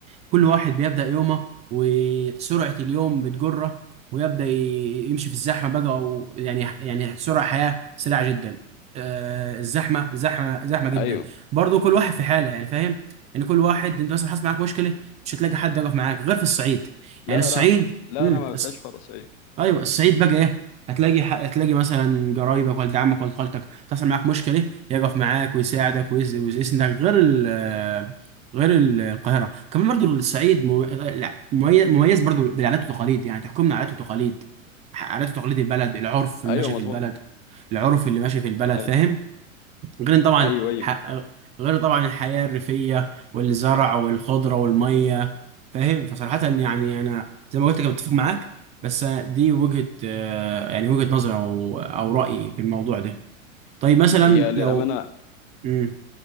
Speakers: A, on the right (about 15°); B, on the left (about 40°).
A: كل واحد بيبدأ يومه وسرعة اليوم بتجره ويبدأ ي- يمشي في الزحمة بقى أو يعني يعني سرعة حياة سريعة جدا آه، الزحمة زحمة زحمة جدا
B: أيوه
A: برضو كل واحد في حالة يعني فاهم يعني كل واحد انت مثلا حصل معاك مشكلة مش هتلاقي حد يقف معاك غير في الصعيد
B: لا
A: يعني الصعيد
B: لا لا
A: مم.
B: لا ما بتلاقيش خالص أيوه
A: ايوه الصعيد بقى ايه هتلاقي ح- هتلاقي مثلا قرايبك ولد عمك ولد خالتك تحصل معاك مشكله يقف معاك ويساعدك ويس- ويسندك غير ال غير ال- القاهره كمان برضو الصعيد مو- لا، مميز مميز برضو بالعادات والتقاليد يعني تحكمنا عادات وتقاليد ح- عادات وتقاليد البلد العرف اللي
B: أيوه
A: ماشي
B: مظبوط
A: في البلد العرف اللي ماشي في البلد
B: أيوه
A: فاهم غير طبعا
B: أيوه أيوه
A: ح... غير طبعا الحياة الريفية والزرع والخضرة والمية فاهم فصراحة يعني أنا زي ما قلت كنت متفق معاك بس دي وجهة آه، يعني وجهة نظر أو أو رأيي في الموضوع ده طيب مثلا
B: هي للأمانة
A: لو مم.